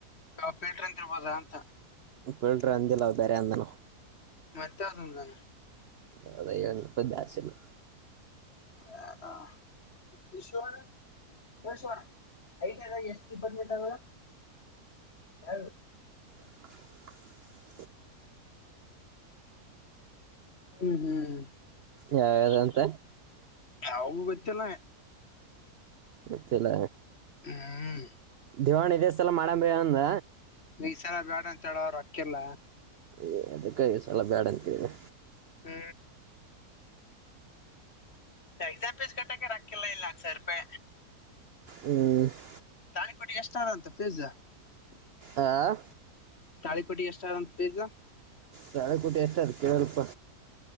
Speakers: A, on the left; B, on the right.
A: ಕಫಿಲ್ಟ್ರ ಅಂತಿರ್ಬದ ಅಂತ
B: ಇ ಬಿಲ್ಡ್ರ ಅಂದಿಲ್ಲ ಅವ ಬೇರೆ ಅಂದನು
A: ಮತ್ತೆ ಅದುಂತಾನ
B: ಹ ಅದಣ್ಣ <unintelligible> ಇ ದಾಾಸಲ್ಲ
A: ಹ ಹ <unintelligible> ಹಿಸೋಣ ಹಿಸೋಣ ಐತದ ಎಷ್ಟ ಬಂದಬಟ ಅವ್ರ <unintelligible> ಯಾರ
B: <inaudible> <unintelligible>
A: ಹ್ಮ್ ಹ್ಮ್
B: ಯದಂತ
A: ಯಾವೂ ಗೊತ್ತಿಲ್ಲ
B: ಗೊತ್ತಿಲ್ಲ
A: ಹ್ಮ್
B: ದಿವವಾಣಿ ಇದೇ ಸಲ ಮಾಡಂಬೀ ಅಂದ
A: ಈ ಸಲ ಬೇಡ ಅಂತ ಹೇಳ ಅವರು <unintelligible> ರೊಕ್ಕಿಲ್ಲ
B: ಏ ಅದಕ್ಕೆ ಸಲ ಬ್ಯಾಡ <unintelligible> ಅಂತಂತಿದನ
A: ಹ್ಮ ಎಕ್ಸಾಮ್ ಪೀಸ್ ಕಟ್ಟಕ ರ <unintelligible> ಇಲ್ಲಾಕ್ಸ ರಪೆ
B: ಹ್ಮ್ <inaudible>
A: ತಾನ ಕೊಟ್ಟ <unintelligible> ಎಷ್ಟಾರ ಅಂತ ಪಿಜಜ <unintelligible>
B: ಆ
A: ಹಿಕೋಟ್ಟಿಗೆ <unintelligible> ಎಷ್ಟು ರಂತ ಫೀಸು
B: ತಾಳಿಕೋಟಿ ಎಷ್ಟ ಅದಕ್ಕೆೇಳ ಎಲ್ಪ